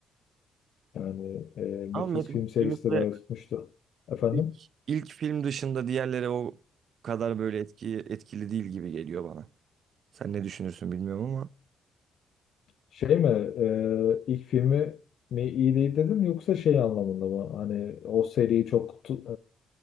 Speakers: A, on the left; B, on the right.
A: Yani e, Matrix
B: Ama Matt
A: film serisi
B: Smith'le
A: de bayağı tutmuştu. Efendim?
B: İlk, ilk film dışında diğerleri o kadar böyle etki, etkili değil gibi geliyor bana. Sen ne düşünürsün bilmiyorum ama.
A: Şey mi e, ilk filmi mi iyi değil dedim yoksa şey anlamında mı? Hani o seri çok tu-